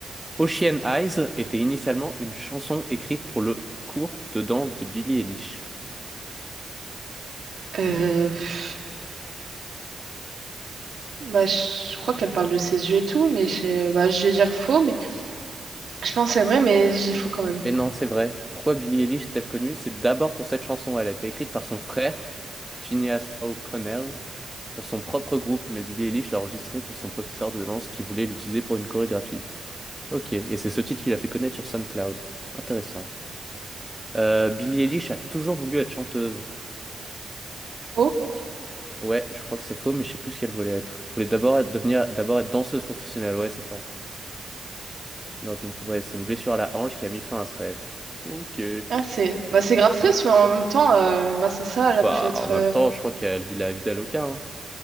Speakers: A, in the centre; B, on the right (about 60°).
A: Ocean Eyes était initialement une chanson écrite pour le cours de danse de Billie Eilish.
B: Euh, pff, bah, je crois qu'elle parle de ses yeux et tout, mais je, bah, je vais dire faux, mais je pense que c'est vrai, mais j'ai faux quand même.
A: Et non, c'est vrai. Pourquoi Billie Eilish est-elle connue? C'est d'abord pour cette chanson. Elle a été écrite par son frère, Phineas O'Connell, pour son propre groupe, mais Billie Eilish l'a enregistrée pour son professeur de danse qui voulait l'utiliser pour une chorégraphie. Ok, et c'est ce titre qui l'a fait connaître sur SoundCloud. Intéressant. Euh, Billie Eilish a toujours voulu être chanteuse.
B: Faux.
A: Ouais, je crois que c'est faux, mais je sais plus ce qu'elle voulait être. Elle voulait d'abord être- devenir, d'abord être danseuse professionnelle, ouais, c'est ça. Lors d'une, ouais, c'est une blessure à la hanche qui a mis fin à ce rêve. Ok.
B: Ah, c'est bah, c'est grave triste, mais en même temps, euh, grâce à ça,
A: Bah,
B: elle a pu être.
A: en même
B: euh,
A: temps, je crois qu'elle vit la vie d'Aloca,